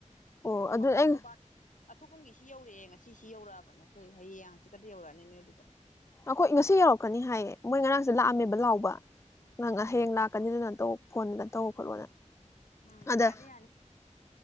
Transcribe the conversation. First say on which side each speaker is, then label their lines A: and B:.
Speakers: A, on the left (about 20°); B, on the left (about 80°).
A: ꯑꯣ ꯑꯗꯨ
B: ꯊꯧ
A: ꯑꯩ
B: ꯊꯧꯕꯥꯜ ꯑꯊꯣꯞꯄꯝꯒꯤ ꯁꯤ ꯌꯧꯔꯛꯑꯦ ꯉꯁꯤ ꯌꯧꯔꯛꯑꯕꯅꯦ ꯑꯩꯈꯣꯏ ꯍꯌꯦꯡꯁꯤꯀꯗꯤ ꯌꯧꯔꯛꯑꯅꯤꯅꯦ ꯑꯗꯨꯗ
A: ꯑꯩꯈꯣꯏ ꯉꯁꯤ ꯌꯧꯔꯛꯀꯅꯤ ꯍꯥꯏꯌꯦ ꯃꯣꯏ ꯉꯔꯥꯡꯁꯦ ꯂꯥꯛꯑꯝꯃꯦꯕ ꯂꯥꯎꯕ ꯅꯪ
B: ꯎꯝ
A: ꯍꯌꯦꯡ ꯂꯥꯛꯀꯅꯤꯗꯨꯅ ꯑꯇꯣ ꯐꯣꯟꯗꯨꯗ ꯇꯧꯕ ꯈꯣꯠꯂꯣꯅ
B: ꯎꯝ
A: ꯑꯗ
B: ꯌꯥꯅꯤ ꯌꯥꯅꯤ